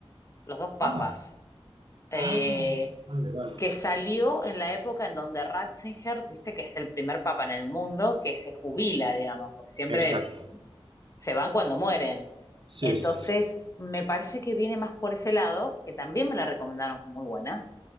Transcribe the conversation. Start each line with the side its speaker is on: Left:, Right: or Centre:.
Left: Los Dos Papas,
Right: Ah,
Left: eh,
Right: ah, vale, vale.
Left: que salió en la época en donde Ratzinger, viste que es el primer papa en el mundo que se jubila, digamos, porque siempre
Right: Exacto.
Left: se van cuando mueren.
Right: Sí,
Left: Entonces,
Right: sí, sí.
Left: me parece que viene más por ese lado, que también me la recomendaron como muy buena.